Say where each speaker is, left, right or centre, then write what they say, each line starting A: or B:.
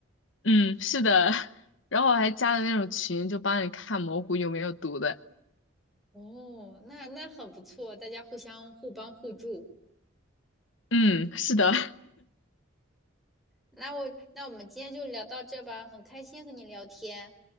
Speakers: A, on the left; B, in the centre.
A: 嗯，是的。<laughs> 然后我还加了那种群，就帮你看蘑菇有没有毒的。
B: 哦，那那很不错，大家互相互帮互助。
A: 嗯，是的。
B: 那我那我们今天就聊到这吧，很开心和你聊天，